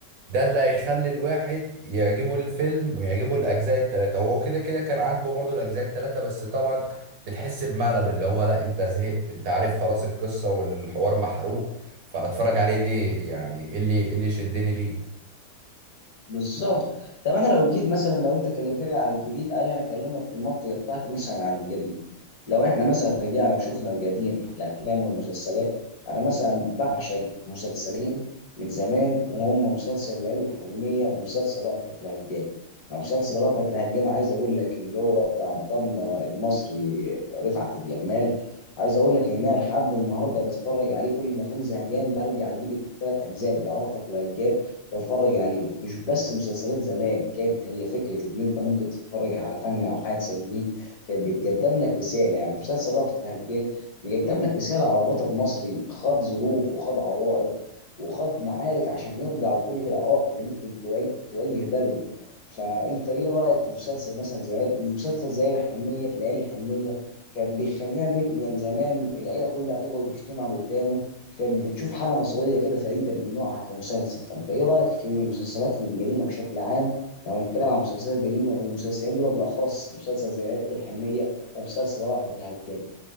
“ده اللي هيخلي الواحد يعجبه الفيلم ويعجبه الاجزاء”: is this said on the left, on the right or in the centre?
Right